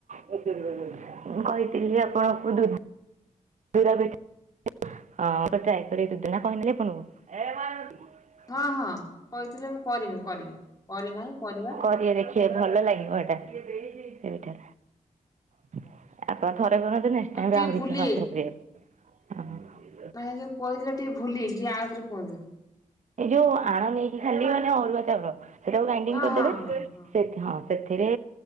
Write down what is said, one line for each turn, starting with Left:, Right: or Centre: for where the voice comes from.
Right: ମୁଁ କହିଥିଲି ଯେ ଆପଣଙ୍କୁ ଦୁ <unintelligible>
Left: ହଁ ହଁ କହିଥିଲେ ମୁ କରିମି କରିମି କରିନାହିଁ କରିବା।
Right: କରି ଆ ଦେଖି ଭଲ ଲାଗିବ ଏଇଟା ସେଇଟା। <unintelligible>
Left: ମାନେ ଟିକେ ଭୁଲି ମ ଯୋଉ କହିଥିଲେ ଟିକେ ଭୁଲି ଯାଇଚି ଟିକେ ଆଉ ଥରେ କୁହନ୍ତୁ।
Right: ଏଇ ଯୋଉ ଆଣ ନେଇକି ଖାଲି ମାନେ ଅରୁଆ ଚାଉଳ ସେଟାକୁ ଗ୍ରାଇଣ୍ଡିଙ୍ଗ
Left: ହଁ
Right: କରିଦେବେ।
Left: ହଁ ହଁ ହଁ
Right: ହଁ ସେଥିରେ